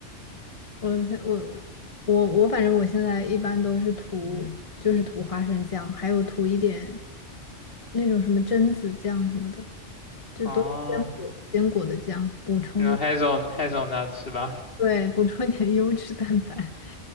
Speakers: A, on the left; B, on the left.
A: 我现我我我，反正我现在一般都是涂，就是涂花生酱，还有涂一点那种什么榛子酱什么的，就都是坚果坚果的酱，
B: <laughs> 啊，
A: 补充一，
B: 那 Hazel Hazelnut 是吧？
A: 对，补充一点优质蛋白。